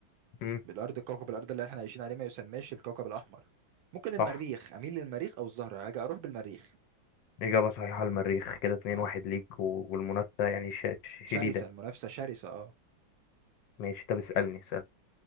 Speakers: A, on the left; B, on the right.
A: مم.
B: الارض كوكب الارض اللي احنا عايشين عليه ما يسماش الكوكب الاحمر ممكن المريخ
A: صح
B: اميل للمريخ او الزهره هاجي اروح بالمريخ
A: إجابة صحيحة المريخ كده اتنين
B: اه
A: واحد ليك و- والمنافسة يعني ش- ش-
B: شرسه
A: شديدة
B: المنافسه شرسه اه
A: ماشي طب اسألني اسأل